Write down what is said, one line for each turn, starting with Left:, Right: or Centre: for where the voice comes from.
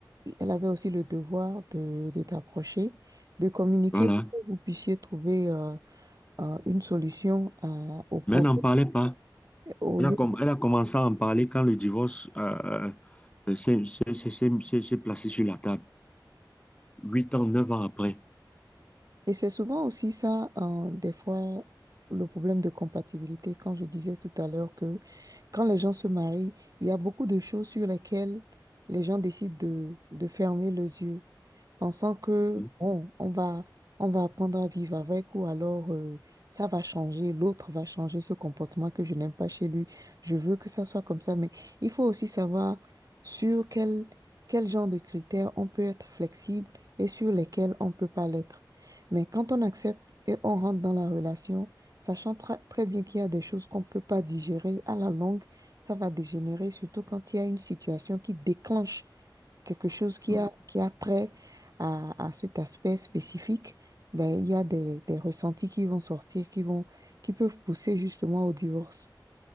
Right: elle avait aussi le devoir de, de t'approcher, de communiquer
Left: voilà.
Right: pour que vous puissiez trouver... euh, euh, une solution à- au problème
Left: Mais elle n'en parlait pas.
Right: au
Left: Elle
Right: lieu
Left: a, com- elle a commencé à en parler quand le divorce euh, euh, s'est s'est- s'est- s'est- s'est- s'est placé sur la table, huit ans, neuf ans après.
Right: Et c'est souvent aussi ça, euh, des fois, le problème de compatibilité. Quand je disais tout à l'heure que quand les gens se marient, il y a beaucoup de choses sur lesquelles les gens décident de, de fermer les yeux, pensant que,
Left: Mm.
Right: bon, on va, on va apprendre à vivre avec ou alors euh, ça va changer, l'autre va changer ce comportement que je n'aime pas chez lui. Je veux que ça soit comme ça, mais il faut aussi savoir sur quel, quel genre de critères on peut être flexible et sur lesquels on ne peut pas l'être. Mais quand on accepte et on rentre dans la relation, sachant tra- très bien qu'il y a des choses qu'on ne peut pas digérer, à la longue, ça va dégénérer, surtout quand il y a une situation qui déclenche quelque chose qui
Left: Mm.
Right: a, qui a trait à, à cet aspect spécifique. Ben, il y a des, des ressentis qui vont sortir, qui vont, qui peuvent pousser justement au divorce.